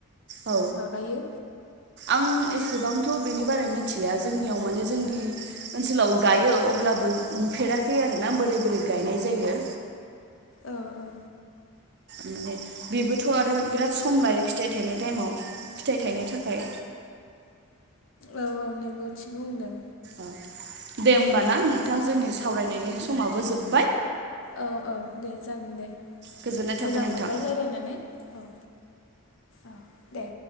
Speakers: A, on the right; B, on the left.
A: औ
B: माबायो
A: आं एसेबांथ' बेनि बारै मिथिया जोंनियाव माने जोंनि ओनसोलाव गायो अब्लाबो नुफेराखै आरो ना बोरै बोरै गायनाय जायो?
B: ओ ओ
A: माने बेबोथ' आरो बिराद सम लायो फिथाइ थायनाय टाइमाव फिथायाइ थायनो थाखाय
B: औ औ नोंगौ थिग बुंदों
A: औ दे होमबा ना नोंथां जोंनि सावरायनायनि समाबो जोब
B: औ औ दे जागोन दे
A: गोजोननाय
B: मोजां
A: थाबाय नोंथां
B: मोनबाय रायलायनानै औ औ दे।